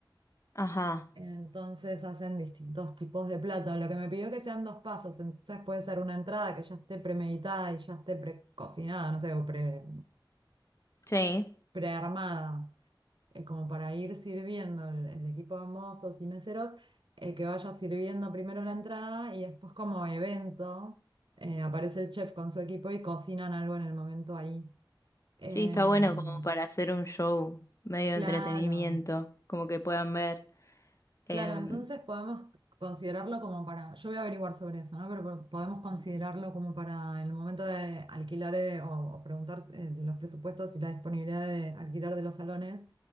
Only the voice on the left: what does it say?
Ajá,
sí.
Sí, está bueno como para hacer un show medio
de entretenimiento, como que puedan ver. Em,